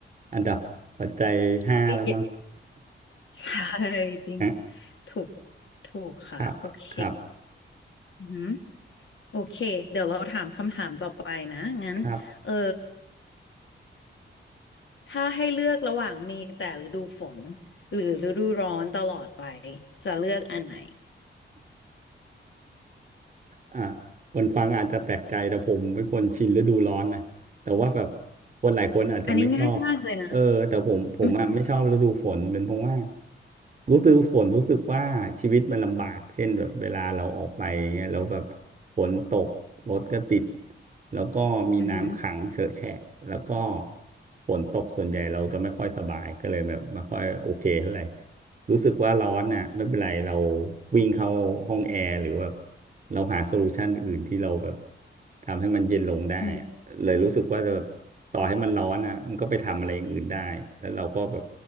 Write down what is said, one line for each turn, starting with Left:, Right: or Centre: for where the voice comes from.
Right: อันดับปัจจัยห้าแล้วมั้ง
Left: เอ้ยใช่จริง
Right: <laughs> นะ
Left: ถูกถูกค่ะโอเค
Right: ครับครับ
Left: อืม โอเคเดี๋ยวเราถามคำถามต่อไปนะงั้นเออ
Right: ครับ
Left: ถ้าให้เลือกระหว่างมีแต่ฤดูฝนหรือฤดูร้อนตลอดไปจะเลือกอันไหน
Right: อ่ะคนฟังอาจจะแปลกใจแต่ผมเป็นคนชินฤดูร้อนนะแต่ว่าแบบคนหลายคนอาจจะไม่ชอบเออแต่ผมผมอ่ะไม่ชอบฤดูฝนเป็นเพราะว่า
Left: อันนี้ง่ายมากเลยนะอือหือ
Right: รู้สึกฝนรู้สึกว่าชีวิตมันลำบากเช่นแบบเวลาเราออกไปเงี้ยแล้วแบบฝนตกรถก็ติดแล้วก็มีน้ำขังเฉอะแฉะแล้วก็
Left: อือหือ
Right: ฝนตกส่วนใหญ่เราจะไม่ค่อยสบายก็เลยแบบไม่ค่อยโอเคเท่าไหร่ รู้สึกว่าร้อนน่ะไม่เป็นไรเราวิ่งเข้าห้องแอร์หรือแบบเราหาโซลูชันอื่นที่เราแบบทำให้มันเย็นลงได้อะเลยรู้สึกว่าจะแบบต่อให้มันร้อนอ่ะมันก็ไปทำอะไรอย่างอื่นได้แล้วเราก็แบบ
Left: อืม